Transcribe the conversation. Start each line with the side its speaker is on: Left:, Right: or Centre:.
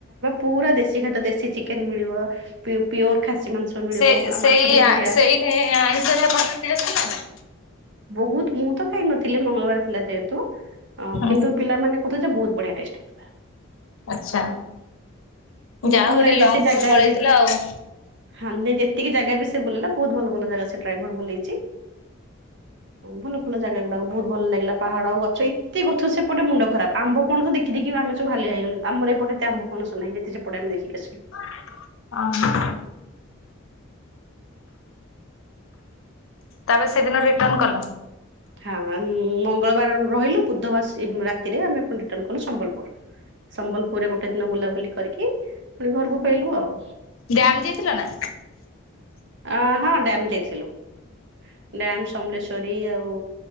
Right: ପୁରା ଦେଶୀ ଖାଦ୍ୟ ଦେଶୀ ଚିକେନ୍ ମିଳିବ ପି- ପିଓର୍ ଖାସି ମାଂସ ମିଳିବ
Left: ସେ
Right: ଆଉ
Left: ସେଇ
Right: ମାଛ ବି ବଢିଆ
Left: ଆ ସେଇ ନି ଆଇଁଷରେ ଭଲ‌ ଟେଷ୍ଟ୍ ଥିଲା ତ?
Right: ବହୁତ୍ ମୁଁ ତ ଖାଇ ନଥିଲି ମଙ୍ଗଳବାର ଥିଲା ଯେହେତୁ ଅ
Left: ହୁଁ
Right: କିନ୍ତୁ ପିଲାମାନେ କହୁଥିଲେ ଯେ ବହୁତ୍ ବଢିଆ ଟେଷ୍ଟ୍ ହେଇଥିଲା।
Left: ଆଛା ଯା
Right: ଭଲ
Left: ହଉ ଗୋଟେ
Right: ଲାଗେ
Left: ଲଙ୍ଗ୍
Right: ଯେତେ ଜାଗା
Left: ଟୁର୍ ପଳେଇଥିଲେ
Right: ବି
Left: ଆଉ।
Right: ହଁ ନାଇ ଯେତିକି ଜାଗା ବି ସେ ବୁଲେଇଲା ବହୁତ୍ ଭଲ ଭଲ ଜାଗା ସେ ଡ୍ରାଇଭର୍ ବୁଲେଇଚି। ଭଲ ଭଲ ଜାଗା ଗୁଡାକ ବହୁତ ଭଲ ଲାଗିଲା ପାହାଡ, ଗଛ ଏତେ ଗଛ ସେପଟେ ମୁଣ୍ଡ ଖରାପ, ଆମ୍ବ ପଣସ ଦେଖ୍ ଦେଖି ଦେଖି ଆମେ ସବୁ ହାଲିଆ ହେଇଗଲୁ ଆମର ଏପଟେ ଏତେ ଆମ ପଣସ ନାହିଁ ଯେତେ ସେପଟେ ଆମେ ଦେଖିଚୁ।
Left: <unintelligible> ତାପରେ ସେଦିନ ରିଟନ୍ କଲ?
Right: ହଁ ମଙ୍ଗଳବାର ରହିଲୁ ବୁଧବାର ଆସି ରାତିରେ ଆମେ ପୁଣି ରିଟନ୍ କଲୁ ସମ୍ବଲପୁର୍। ସମ୍ବଲପୁରରେ ଗୋଟେ ଦିନ ବୁଲାବୁଲି କରିକି ପୁଣି ଘରକୁ ଫେଇଲୁ ଆଉ।
Left: ଡ୍ୟାମ୍ ଯାଇଥିଲ ନା?
Right: ଆ ହଁ ଡ୍ୟାମ୍ ଯାଇଥିଲୁ। ଡ୍ୟାମ୍, ସମଲେଶ୍ଵରୀ ଆଉ